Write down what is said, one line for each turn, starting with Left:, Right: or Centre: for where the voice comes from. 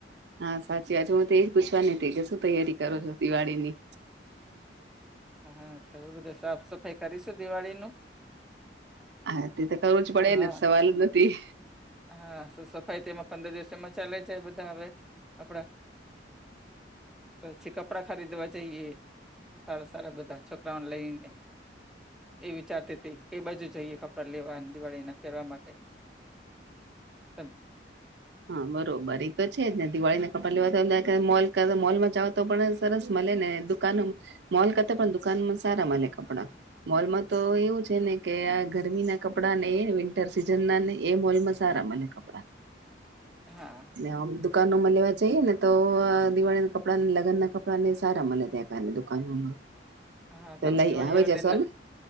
Right: હા સાચી વાત છે હું તે એજ પૂછવાની હતી કે શું તૈયારી કરો છો દિવાળી ની?
Centre: હા તો હવે બધું સાફ સફાઈ કરીશું દિવાળીનું.
Right: હા તે તો કરવું જ પડે
Centre: હા
Right: ને સવાલ જ નથી.
Centre: હા શું સફાઈ તેમાં પંદર દિવસ એમાં ચાલે જાય બધા આવે આપડા... પછી કપડા ખરીદવા જઈએ. સારા સારા બધા છોકરાઓને લઈને... એ વિચારતી હતી કે કઈ બાજુ જઈએ કપડાં લેવા દિવાળીના પેરવા માટે.. હબ. <inaudible>
Right: હા બરોબર ઈ તો છે જ ને દિવાળીના કપડા લેવા મોલ કે મોલમાં જાઓ તો પણ સરસ મળે ને દુકાન મોલ કરતા પણ દુકાનમાં સારા મળે કપડાં. મોલમાં તો એવું છે ને કે આ ગરમી ના કપડા ને એ વિન્ટર સીઝન ના ને એ મોલમાં સારા મળે કપડા
Centre: હા
Right: ને આમ દુકાનોમાં લેવા જઈએ ને તો દિવાળીના કપડા લગ્નના કપડાં ને સારા મળે ત્યા કારની દુકાનોમાં
Centre: હા
Right: તો
Centre: ત હવે
Right: લઈ
Centre: દિવાળી
Right: આવી
Centre: આવે એટલે
Right: જશો ને